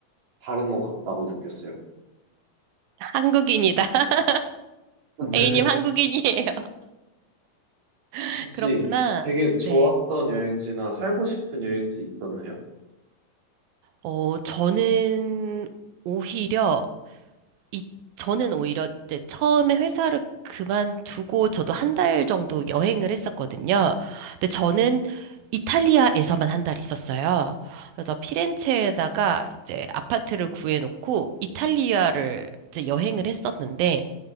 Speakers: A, on the right; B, on the right.
A: 다른 것 같다고 느꼈어요.
B: 한국인이다. <laughs>
A: <laughs>
B: A님 한국인이에요. <laughs>
A: 혹시
B: 그렇구나.
A: 되게 좋았던
B: 네.
A: 여행지나 살고 싶은 여행지 있었나요?
B: 어, 저는 오히려, 이, 저는 오히려 이제 처음에 회사를 그만두고 저도 한 달 정도 여행을 했었거든요. 근데 저는 이탈리아에서만 한 달 있었어요. 그래서 피렌체에다가 이제 아파트를 구해놓고 이탈리아를 이제 여행을 했었는데,